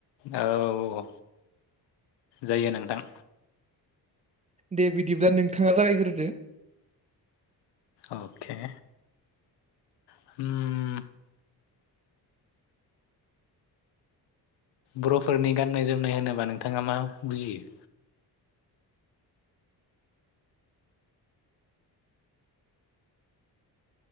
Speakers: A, on the left (about 80°); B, on the right (about 20°).
A: औऔ जायो नोंथां।
B: दे बिदिब्ला नोंथाङा जागायग्रोदो।
A: अके <inaudible> <inaudible> बर'फोरनि गाननाय जोमनाय होनोब्ला नोंथाङा मा बुजियो?